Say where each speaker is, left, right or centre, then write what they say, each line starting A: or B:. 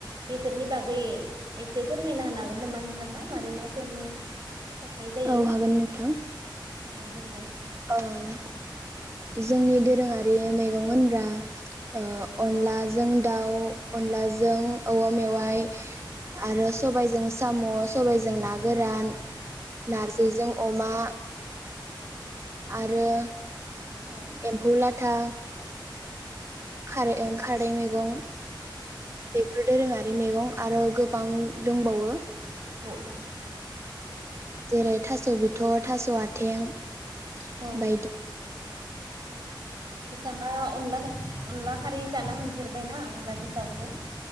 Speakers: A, on the right; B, on the right.
A: बेफोरनि बागै एसे फोरमायना होन हागोन नामा नोंथाङा मारै मा सङो? संनाय जायो
B: औ हागोन नोंथां
A: औ बुंलाय।
B: ओ जोंनि दोरोङारि मैगं होनब्रा ओ अनलाजों दाउ अनलाजों औवा मेवाइ आरो सबायजों साम सबायजों ना गोरान। नारजि बेजों अमा - आरो
A: औ
B: एम्फौलाथा खारै ओं खारदै मैगं बेफोर दोरोंङा आरि मेगं आरो गोबां दोंबावो।
A: औ
B: जेरै थास' बिथ' बिथ थास आथें
A: औ
B: बायदि।
A: बिथाङा अनला अनला खा-खारै जाना मोनफेरबायना अनलाजों दाउजों।